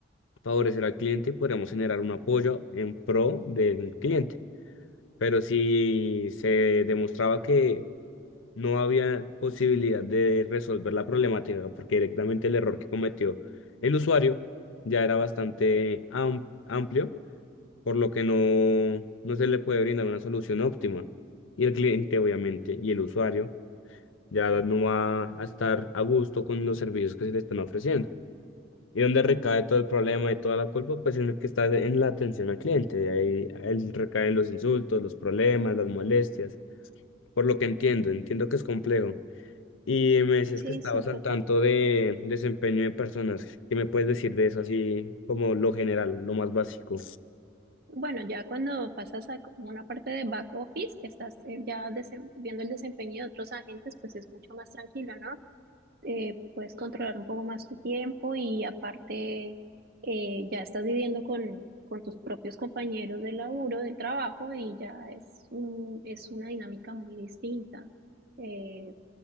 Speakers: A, on the left (about 80°); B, on the right (about 50°).
A: favorecer al cliente y podríamos generar un apoyo en pro del cliente. Pero si se demostraba que no había posibilidad de resolver la problemática porque directamente el error que cometió el usuario ya era bastante am- amplio, por lo que no, no se le puede brindar una solución óptima. Y el cliente, obviamente, y el usuario ya no va a estar a gusto con los servicios que se le están ofreciendo. Y donde recae todo el problema y toda la culpa, pues en el que está en la atención al cliente. De ahí él recae en los insultos, los problemas, las molestias. Por lo que entiendo, entiendo que es complejo. Y me decías
B: Sí,
A: que estabas
B: sí,
A: al
B: total.
A: tanto de desempeño de personas. ¿Qué me puedes decir de eso así como lo general, lo más básico?
B: Bueno, ya cuando pasas a como una parte de back office, que estás eh, ya desem- viendo el desempeño de otros agentes, pues es mucho más tranquilo, ¿no? Eh, puedes controlar un poco más tu tiempo y aparte eh, ya estás viviendo con, con tus propios compañeros de laburo, del trabajo, y ya es un, es una dinámica muy distinta. Eh,